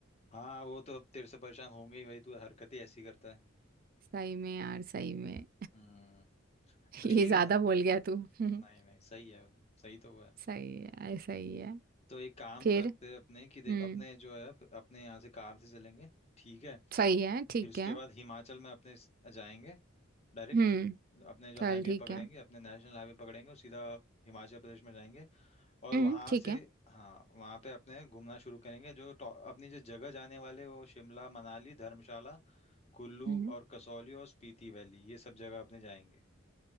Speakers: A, on the left; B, on the right.
A: हाँ वो तो अब तेरे से परेशान होंगे ही भाई तू हरकत ही ऐसी करता है
B: सही में यार सही में
A: हम्म
B: <laughs>
A: तो
B: ये
A: ठीक
B: ज्यादा
A: है ना
B: बोल गया तू <laughs>
A: नहीं नहीं सही है सही तो हुआ है
B: सही है ऐसा ही है
A: तो एक काम
B: फिर
A: करते हैं अपने कि देख
B: हम्म
A: अपने जो है अपने यहाँ से कार से चलेंगे ठीक है
B: सही है ठीक
A: फिर उसके
B: है
A: बाद हिमाचल में अपने स- जाएंगे डायरेक्ट
B: हम्म
A: अपने जो
B: चल
A: हाईवे
B: ठीक
A: पकड़ेंगे
B: है
A: अपने नेशनल हाईवे पकड़ेंगे और सीधा हिमाचल प्रदेश में जाएंगे और
B: हम्म
A: वहाँ
B: ठीक
A: से
B: है
A: हाँ वहाँ पे अपने घूमना शुरू करेंगे जो टॉ- अपनी जो जगह जाने वाले वो शिमला मनाली धर्मशाला कुल्लू
B: हम्म
A: और कसौली और स्पीति वैली ये सब जगह अपने जाएंगे